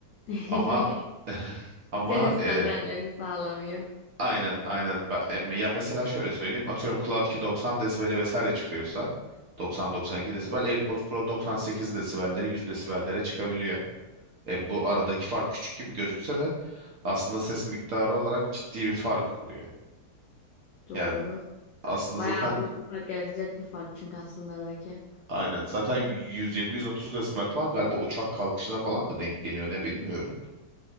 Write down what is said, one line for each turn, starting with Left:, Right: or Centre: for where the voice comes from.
Left: <laughs>
Right: Ama <laughs> ama
Left: Senin standartlarını
Right: e,
Left: sağlamıyor.
Right: aynen aynen. Ba- em- Ya mesela şöyle söyleyeyim. Atıyorum Cloud 2 90 desibele vesaire çıkıyorsa 90-92 desibel AirPods Pro 98 desibelleri 100 desibellere çıkabiliyor. E, bu aradaki fark küçük gibi gözükse de aslında ses miktarı olarak ciddi bir fark oluyor.
Left: Doğru.
Right: Yani aslında
Left: Bayağı
Right: zaten
Left: büyük bir fark yaratacak bir fark çünkü aslında aradaki.
Right: aynen zaten 120-130 desibel falan galiba uçak kalkışına falan mı denk geliyor ne bilmiyorum.